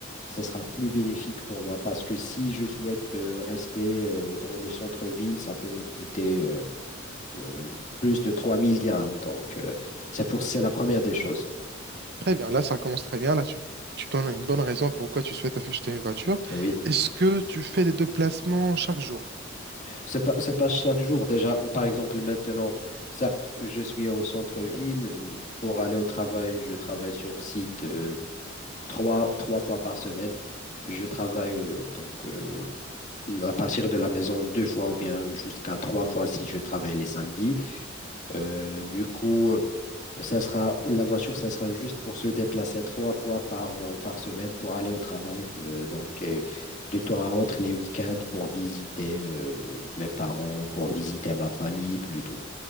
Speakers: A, on the left; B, on the right.
A: ça sera plus bénéfique pour moi parce que si je souhaite euh, rester euh, dans le centre-ville, ça peut me coûter euh, euh, plus de 3000 dirhams. Donc, euh, c'est pour, c'est la première des choses.
B: Très bien, là ça commence très bien. Là tu, tu donnes une bonne raison pourquoi tu souhaites acheter une voiture.
A: Euh, Oui,
B: Est-ce que tu fais des déplacements chaque jour?
A: c'est pas, c'est pas chaque jour. Déjà, par exemple, maintenant, certes, je suis au centre-ville. m- Pour aller au travail, je travaille sur site euh, trois, trois fois par semaine. Je travaille euh, donc euh, à partir de la maison deux fois ou bien jusqu'à trois fois si je travaille les samedis. Euh, du coup, Ça sera, la voiture, ça sera juste pour se déplacer trois fois par, euh, par semaine pour aller au travail. Euh, donc, euh, de temps à autre, les week-ends pour visiter euh, mes parents, pour visiter ma famille plutôt.